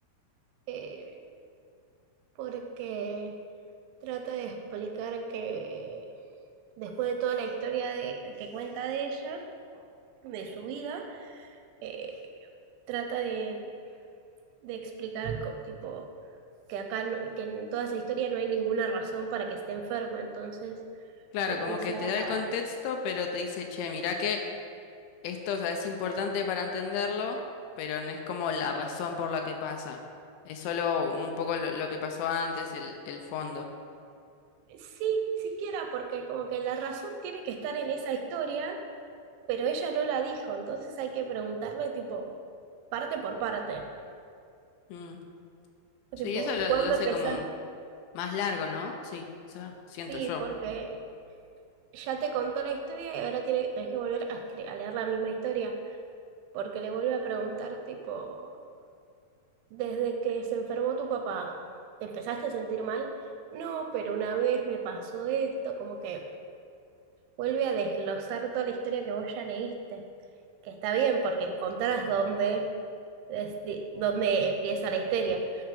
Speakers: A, on the right; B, on the left.
A: eh, porque... trata de explicar que después de toda la historia de, que cuenta de ella, de su vida, eh, trata de, de explicar co- tipo que acá no- que en toda esa historia no hay ninguna razón para que esté enferma, entonces
B: Claro,
A: empieza
B: como que te da el
A: a
B: contexto, pero te dice, che, mirá que esto, o sea, es importante para entenderlo, pero no es como la razón por la que pasa. Es solo un poco lo, lo que pasó antes, el, el fondo.
A: sí, ni siquiera porque como que la razón tiene que estar en esa historia, pero ella no la dijo, entonces hay que preguntarle tipo parte por parte,
B: Mm. Sí,
A: tipo,
B: eso lo,
A: ¿cuándo
B: lo hace
A: empezás?
B: como más largo, ¿no? Sí, o sea, siento
A: Sí,
B: yo.
A: porque ya te contó la historia y ahora tiene, tenés que volver a, escri- a leer la misma historia, porque le vuelve a preguntar, tipo, desde que se enfermó tu papá, ¿te empezaste a sentir mal? No, pero una vez me pasó esto, como que vuelve a desglosar toda la historia que vos ya leíste, que está bien porque encontrás dónde, desde- dónde empieza la historia,